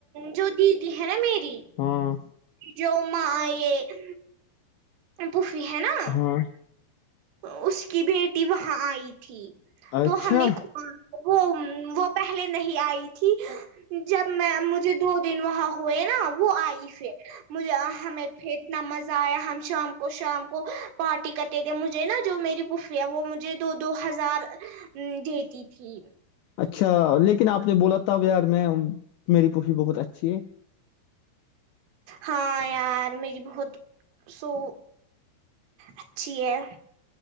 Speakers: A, on the right; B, on the left.
A: جو دیدی ہے نا میری
B: ہاں
A: جو ما یہ پوفی ہے نا
B: ہاں
A: اس کی بیٹی وہاں آئی تھی تو
B: اچھا
A: ہم نے وہ وہ پہلے نہیں آئی تھی جب میں مجھے دو دن وہاں ہوئے نا وہ آئی پھر مجھے ہمیں پھر اتنا مزہ آیا ہم شام کو شام کو پارٹی کرتے تھے مجھے نا جو میری پفی ہے وہ مجھے دو دو ہزار دیتی تھی
B: اچھا لیکن آپ نے بولا تھا یار میں میری پوفی بہت اچھی ہے
A: ہاں یار میری بہت سو اچھی ہے